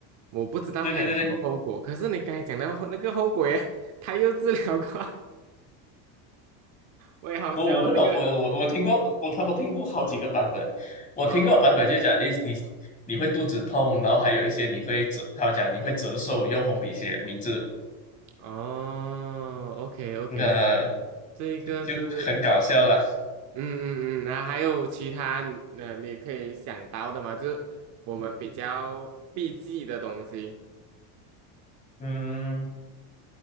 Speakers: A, on the right (about 35°); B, on the left (about 15°).
A: 我不知道它有什么后果。
B: 对对对对。
A: 可是你刚才讲到后那个后果耶，他又治疗过，<laughs> 我也好笑哦这个。
B: 我我不懂，我我我听过，我我听过好几个版本，我听过版本就讲，
A: 哦
B: 诶，你你会肚子痛，然后还有一些你会折，他讲你会折寿，用红笔写名字，
A: 哦，OK OK，
B: 那、
A: 这一个是。
B: 就就很搞笑了。
A: 嗯嗯嗯，那还有其他呃，你可以想到的吗？就是我们比较避忌的东西。
B: 嗯，